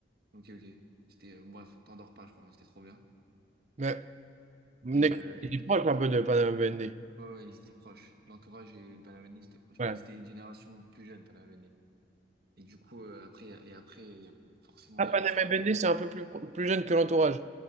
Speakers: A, on the right (about 60°); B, on the right (about 40°).
A: Ok, ok. C'était, euh, bref, t'endors pas, je crois, mais c'était trop bien.
B: Mais Nekfeu,
A: Et euh,
B: il est proche un peu de Panama Bende.
A: Ouais, ouais, ils étaient proches. L'entourage et le Panaveni, c'était proche.
B: Ouais.
A: Mais c'était une génération plus jeune, Panaveni. Et du coup, euh, après, il y a- et après, il y a, forcément,
B: Ah,
A: il y
B: Panama
A: a les SRAM.
B: Bende, c'est un peu plus, pro- plus jeune que l'entourage.